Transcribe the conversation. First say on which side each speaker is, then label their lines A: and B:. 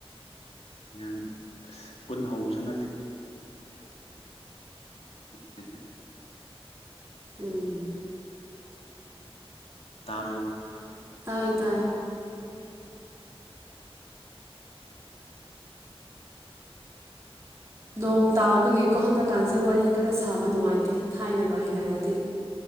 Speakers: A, on the left; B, on the right.
A: ꯌꯥꯝ ꯐꯨꯟ ꯍꯧꯕꯁꯨ ꯅꯠꯇꯦ <unintelligible>
B: ꯎꯝ
A: ꯇꯕ꯭ꯔꫭ
B: ꯇꯥꯕ꯭ꯔꯣ ꯇꯥꯏ ꯇꯥꯏ ꯅꯣꯡ ꯇꯥꯕꯒꯤꯀꯣ ꯍꯟꯗꯛꯀꯥꯟꯁꯦ ꯋꯥꯔꯤ ꯈꯔ ꯁꯥꯕ ꯅꯨꯡꯉꯥꯏꯇꯦ ꯊꯥꯏꯅꯒ ꯍꯥꯏꯅꯔꯗꯤ